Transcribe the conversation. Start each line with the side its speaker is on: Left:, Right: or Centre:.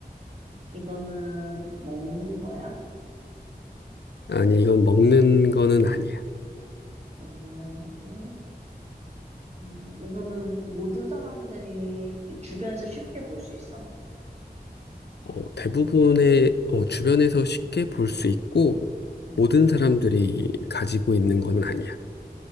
Right: 이거는 먹는 거야?
Left: 아니, 이건 먹는 거는 아니야.
Right: 먹는 건 아니고, 뭐, 이거는 모든 사람들이 주변에서 쉽게 볼 수 있어?
Left: 어, 대부분의 어, 주변에서 쉽게 볼 수 있고
Right: 응.
Left: 모든 사람들이 가지고 있는 거는 아니야.